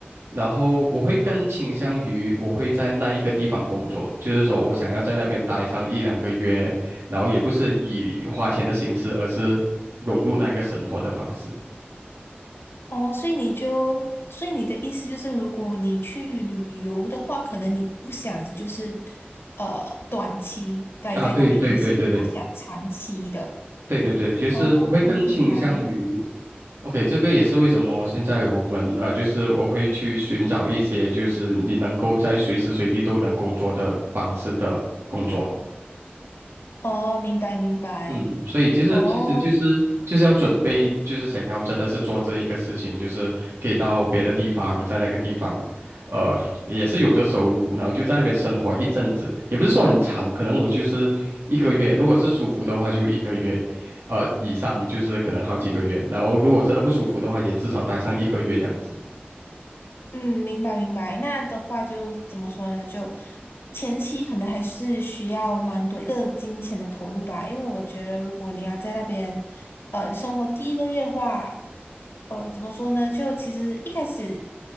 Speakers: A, on the right; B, on the left.
A: 然后我会更倾向于我会在那一个地方工作，就是说我想要在那边待上一两个月，然后也不是以花钱的形式，而是融入那个生活的方式。
B: 哦，所以你就，所以你的意思就是，如果你去旅游的话，可能你不想就是，呃，短期待在那边，
A: 啊，对对对对对
B: 你是比较想长期的。
A: 对对对，就是我会更倾向于。
B: 哦，明白。
A: OK，这个也是为什么现在我们呃，就是我会去寻找一些就是你能够在随时随地都能工作的方式的工作。
B: 哦，明白明白。
A: 嗯，所以就是其实就是就是要准备，
B: 哦，
A: 就是想要真的是做这一个事情，就是可以到别的地方，在那个地方，呃，也是有着收入，然后就在那边生活一阵子，也不是说很长，可能我就是一个月，如果是舒服的话就一个月，呃，以上就是可能好几个月，然后如果真的不舒服的话，也至少待上一个月这样子。
B: 嗯，明白明白。那的话就怎么说呢？就前期可能还是需要蛮多一个金钱的投入吧，因为我觉得如果你要在那边，呃，生活第一个月的话。呃，怎么说呢？就其实一开始，